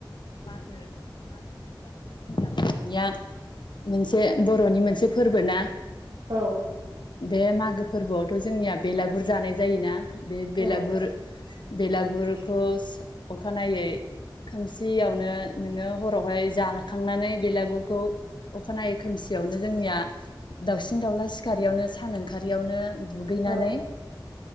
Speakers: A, on the left; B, on the right.
A: मागो मागो फोरबोआ गोदो जोंनिया बर'निया मोनसे बर'नि मोनसे फोरबो ना
B: औ
A: बे मागो फोरबोआवथ' जोंनिया बेलागुर जानाय जायोना बे बेलागुर
B: औ
A: बेलागुरखौ अखानायै खोमसियावनो नोङो हरावहाय जाखांनानै बेलागुर <unintelligible> अखानायै खोमसियावनो जोंनिया दाउसिन दाउला सिखारारियावनो सान ओंखारारियावनो दुगैनानै
B: औ